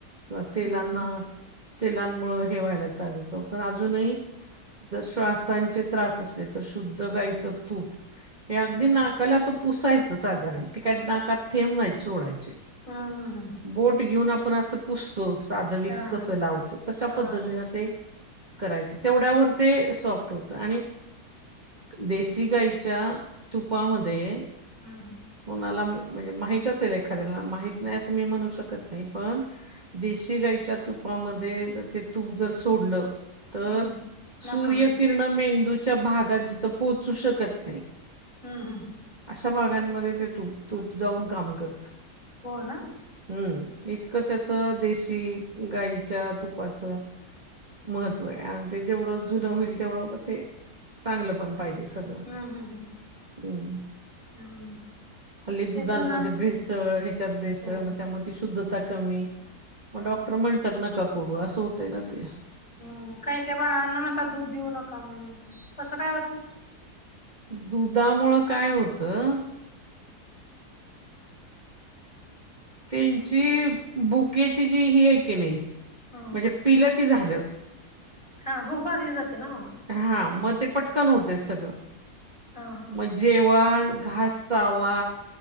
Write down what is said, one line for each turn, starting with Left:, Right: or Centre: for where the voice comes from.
Right: किंवा तेलांना
Left: हम्म
Right: तेलांमुळ हे व्हायला चालवतं पण अजूनही जर श्वासांचे त्रास असले तर शुद्ध गायचं तूप हे अगदी
Left: हम्म
Right: ना कला असं पुसायचं साधारण त काय नाकात थेंब नाही सोडायचे.
Left: हा हा हा हा.
Right: बोट घेऊन आपण असं पुसतो साध विक्स
Left: हा
Right: कस
Left: हा
Right: लावतो तशा
Left: हा
Right: पद्धतीन
Left: हा
Right: ते करायच तेवढ्यावर ते सॉफ्ट होतं आणि देशी गाईच्या तुपामध्ये
Left: हम्म हम्म
Right: कुणाला मं म्हणजे माहित असेल एखाद्या माहित नाही अस कमी म्हणू शकत नाही पण देशी गाईच्या तुपामध्ये जर ते तूप जर सोडलं तर
Left: हम्म नाकामध्ये
Right: सूर्यकिरर् मेंदूच्या भागात जिथं पोहोचू शकत नाही
Left: हम्म हम्म.
Right: अशा भागांमध्ये ते तूप तूप जाऊन काम करत.
Left: हो ना.
Right: हम्म इतकं त्याच देशी गाईच्या तुपाचं महत्व ते जेवढं जुनं होईल तेवढं पण ते चांगलं पण पाहिजे सगळं
Left: हम्म हम्म हम्म
Right: हम्म.
Left: हम्म
Right: हल्ली
Left: ते
Right: दुधमध्ये
Left: जुनं
Right: भेसळ ह्याच्यात भेस
Left: हो
Right: मग त्यामध्ये ती शुद्धता कमी मग
Left: बरोबर
Right: डॉक्टर म्हणतात नका करू असं होतय ना ते.
Left: हम् काही काही बाया म्हणतात दूध देऊ नका म्हणून कसं काय होते.
Right: दुधामुळ काय होतं त्यांची
Left: ते
Right: भुकेची जी ही आहे की नाही
Left: हम्म
Right: म्हणजे पिलं की झालं.
Left: हा भूक भागली जाते ना मग.
Right: हा मग ते पटकन होतय सगळं.
Left: हा हा.
Right: मग जेव्हा घास चावा